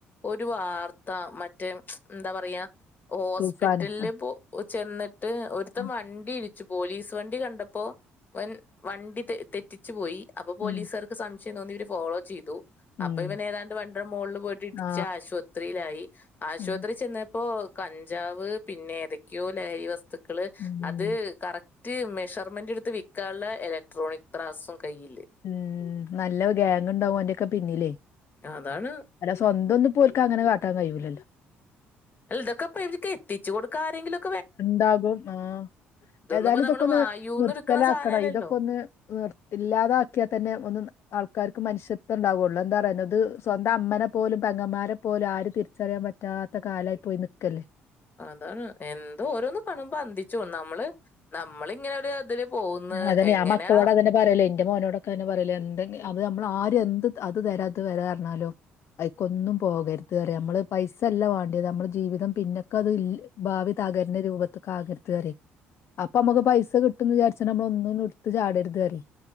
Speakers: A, on the left; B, on the left.
A: ഒരു വാർത്ത മറ്റേ എന്താ പറയാ ഹോസ്പിറ്റലില്
B: തൂഫാന് ആ
A: പോ ചെന്നിട്ട് ഒരുത്തൻ
B: ഉം
A: വണ്ടി ഇ പോലീസ് വണ്ടി കണ്ടപ്പോ ഇവൻ വണ്ടി തെറ്റിച്ചു പോയി അപ്പോ പോലീസുകാർക്ക്
B: ഉം
A: സം പക്ഷേ എന്ന ഒന്ന ഇവർ ഫോളോ ചെയ്തു
B: ഉം
A: അപ്പൊ ഇവൻ ഏതാണ്ട് വണ്ടിടെ മോളിൽ പോയിട്ട് ഇടിച്ച്
B: ആ
A: ആശുപത്രിയിലായി ആശുപത്രി
B: ഉം
A: ചെന്ന പ്പോ കഞ്ചാവ് പിന്നെ ഏതൊക്കെയോ ലഹരി വസ്തുക്കള്
B: ഉം
A: അത് കറക് മറ്റ് മെഷർമെന്റ് എടുത്ത് വിൽക്കാനുള്ള ഇലക്ട്രോണിക് ത്രാസും കയ്യില്.
B: ഉം നല്ല ഗാങ് ഉണ്ടാവും ഓന്റെക്കെ പിന്നിലേ
A: അതാണ്
B: അല്ല സ്വന്തം ഒന്ന് പോർക്ക് അങ്ങനെ കാട്ടൻ കഴിയൂലല്ലോ
A: അല്ല ഇതൊക്കെപ്പൊ ഇവര്ക്ക് എത്തിച്ച് കൊടുക്കാൻ ആരെങ്കിലും
B: ഉണ്ടാകും ആഹ
A: ഇതൊന്നും
B: ഏതായാലും
A: ഇപ്പൊ നമ്മള്
B: ഇതൊക്കെ ഒന്ന്
A: വായുന്ന്
B: നിർത്തലാക്കണം
A: എടുക്കണ സാധനമല്ലല്ലോ
B: ഇതൊക്കെ ഒന്ന് നിർ ഇല്ലാതാക്കിയാൽ തന്നെ ഒന്ന് ആൾക്കാർ മനുഷ്യത്വണ്ടാവുള്ളു എന്താ പറയ അത് സ്വന്തം അമ്മനെ പോലും പെങ്ങന്മാരെ പോലും ആര് തിരിച്ചറിയാൻ പറ്റാത്ത ഇ കാലായി പോയി നിക്കല്ലേ
A: അതാണ് എന്തോ ഓരോന്ന് കാണുമ്പോ അന്തിച്ചു പോവും നമ്മള് നമ്മള ഇങ്ങനെ ഒരു ഇതില് പോകുന്നു
B: അതെന്നെ
A: എങ്ങനെയാ
B: ഞാൻ മക്കളോട് അതെന്നെ പറയൽ എന്റെറെ മോനോടൊക്കെ അതെന്നെ പറയലേ എന്ത അത് നമ്മള് ആര് എന്ത് അത് തരാ ഇത് തരാ പറഞ്ഞാലോ ഐക്കൊന്നും പോകരുത് പറയും നമ്മള് പൈസയല്ല വാണ്ടിയത് നമ്മള് ജീവിതം പിന്നെക്കെ അത് ഭാവി ാകന്റെ രൂപത്തൊെകുക അപ്പൊ നമുക്ക് പൈസ കിട്ടന്ന് വിചാരി പക്ഷെ നമ്മള ഒന്നും ഇടുത്ത് ചാടെരുത് പറീം